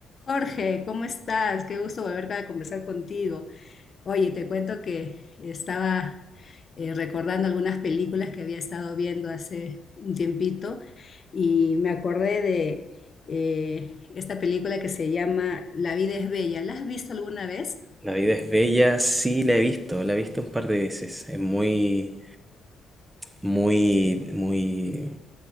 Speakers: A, on the left; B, on the right.
A: Jorge, ¿cómo estás? Qué gusto volver a conversar contigo. Oye, te cuento que estaba eh, recordando algunas películas que había estado viendo hace un tiempito y me acordé de eh, esta película que se llama La vida es bella. ¿La has visto alguna vez?
B: La vida es bella, sí la he visto, la he visto un par de veces. Es muy, muy, muy,